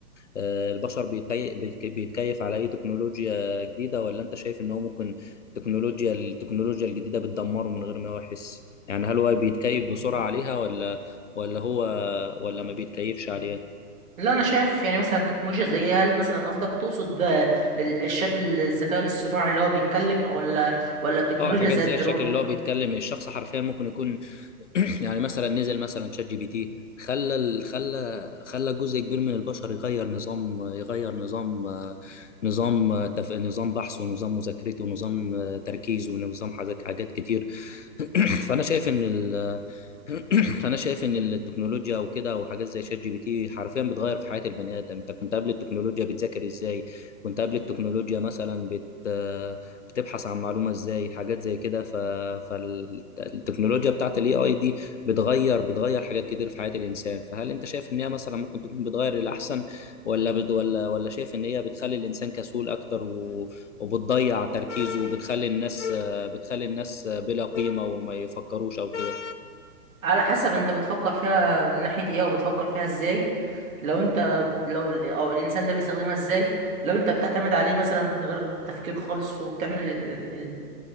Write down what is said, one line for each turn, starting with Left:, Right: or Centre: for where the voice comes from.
Left: آه، البشر بيتي... بيتك- بيتكيف على اي تكنولوجيا جديدة ولا انت شايف ان هو ممكن تكنولوجيا التكنولوجيا الجديدة بتدمره من غير ما هو يحس يعني هل هو بيتكيف بسرعة عليها ولا ولا هو ولا ما بيتكيفش عليها
Right: لا انا شايف يعني مثلا تكنولوجيا زي إيه؟ هل مثلا قصدك تقصد آه، ال- الشات الذكاء الاصطناعي اللي هو بيتكلم او ولا ولا التكنولوجيا
Left: اه حاجات
Right: زي
Left: زي
Right: الدرون
Left: الشكل اللي هو بيتكلم الشخص حرفيا ممكن يكون <clears throat> يعني مثلا نزل مثلا شات جي بي تي خلى ال- خلى خلى جزء كبير من البشر يغير نظام يغير نظام نظام تف... نظام بحثه ونظام مذاكرته ونظام تركيزه ونظام حاجات حاجات كتير <clears throat> فانا شايف ان ال... <clears throat> فانا شايف ان التكنولوجيا او كده وحاجات زي شات جي بي تي حرفيا بتغير في حياه البني ادم انت كنت قبل التكنولوجيا بتذاكر ازاي كنت قبل التكنولوجيا مثلا بت بتبحث عن معلومة ازاي حاجات زي كده ف... فالتكنولوجيا بتاعت الاي اي دي بتغير بتغير حاجات كتير في حياة الانسان فهل انت شايف ان هي مثلا ممكن تكون بتغير للاحسن ولا بت... ولا ولا شايف ان هي بتخلي الانسان كسول اكتر و... وبتضيع تركيزه وبتخلي الناس بتخلي الناس بلا قيمة وما يفكروش او كده
Right: على حسب انت بتفكر فيها من ناحية ايه او بتفكر فيها ازاي لو انت لو ال- او الانسان ده بيستخدمها ازاي لو انت بتعتمد عليه مثلا من غير تفكير خالص وبتعمل ال... ال...